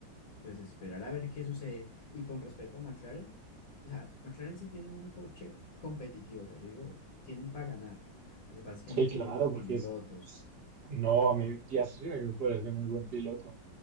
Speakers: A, on the left; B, on the right.
A: pues esperar a ver qué sucede. Y con respecto a McLaren, o sea, McLaren sí tiene un coche competitivo, o sea, yo digo, tienen para ganar. Lo que pasa es que
B: Sí,
A: no tienen
B: claro, porque
A: pilotos.
B: es, es- no, a mí Piastri a mí me parece muy buen piloto.